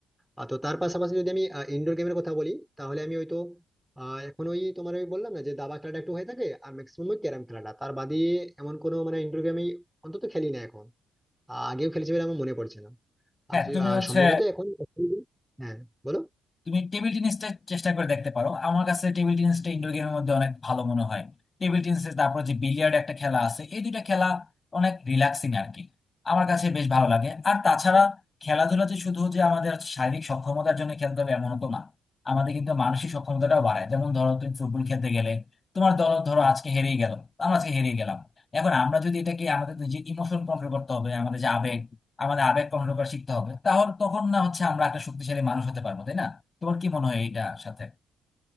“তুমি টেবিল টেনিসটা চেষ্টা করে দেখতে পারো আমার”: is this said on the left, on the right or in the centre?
Left